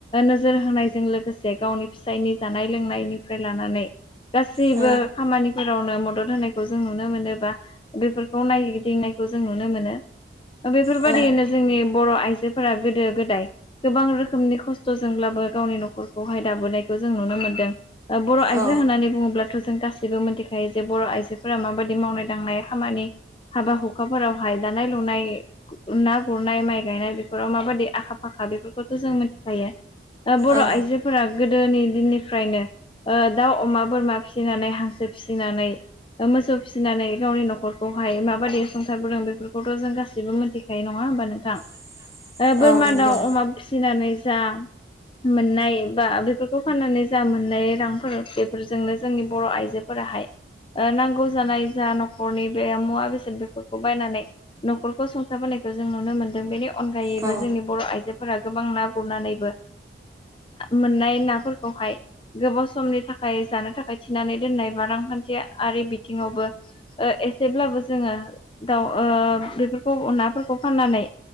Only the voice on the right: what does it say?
औ
औ
औ
औ
<inaudible>
नंगौ
औ